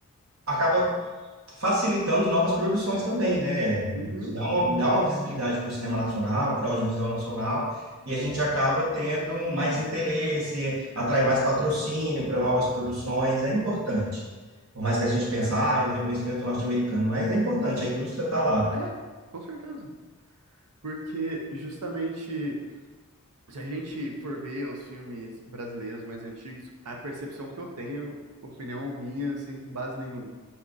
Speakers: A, on the right; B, on the right.
A: acaba facilitando novas produções também, né?
B: Uhum.
A: Isso dá uma, dá uma visibilidade para o cinema nacional, para o audiovisual nacional, e a gente acaba tendo mais interesse, atrai mais patrocínio para novas produções, é importante. Por mais que a gente pense, ah, é um reconhecimento norte-americano, mas é importante, a indústria está lá.
B: É, com certeza. Porque justamente se a gente for ver os filmes brasileiros mais antigos, a percepção que eu tenho, opinião minha, sem base nenhuma,